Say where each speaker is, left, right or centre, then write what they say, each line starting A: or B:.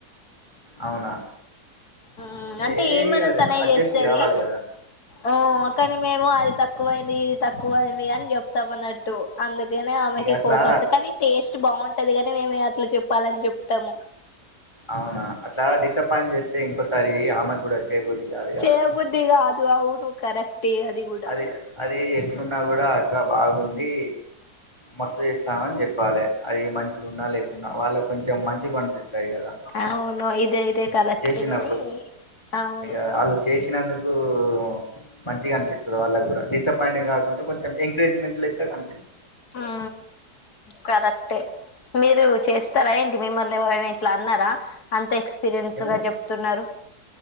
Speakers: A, on the left; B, on the left.
A: అవునా
B: ఉమ్ అంటే
A: ఏ
B: ఏమైనా
A: ఇగ
B: తనే
A: అడ్జస్ట్
B: చేస్తది
A: కావాలి కదా
B: ఆ కనీ మేము అది తక్కువైంది ఇది తక్కువైం అని చెప్తాం అన్నట్టు అందుకనే ఆమెకి
A: ఇక అట్లా
B: కోపంస్త కానీ టేస్ట్ బాగుం టది గని మేమే అట్లా చెప్పాలని చెప్తాం
A: అవునా అట్లా డిసప్పాయింట్ చేస్తే ఇంకోస్ సరీ ఆమెకు కూడా చెయ్య బుద్ధి కాదు కదా
B: చేయబుద్ధి కాదు అవును కరెక్టే కూడా
A: అది అది ఎట్లున్నా కూడా అక్క బాగుంది. మస్తు చేస్తావని చెప్పాలె, అది మంచిగున్నా లేకున్నా వాళ్ళకు కొంచెం మంచిగ అనిపిస్తాయి కదా
B: అవును ఇదైతే కరెక్ట్
A: చేసినప్పుడు,
B: గాని అవును
A: ఇగ ఆళ్ళు చేసినందుకు కు మంచిగా అనిపిస్తది వాళ్ళకు గుడ, డిసప్పయింట్ కాకుండా కొంచెం ఎంకరేజ్మెంట్ లెక్కన
B: హా కరెక్టే మీరు చేస్తారా ఏంటి మిమ్మల్ని ఎవరైనా ఇట్ల అన్నారా, అంత ఎక్స్పీరియన్స్
A: ఏమని
B: గా చెప్తున్నారు.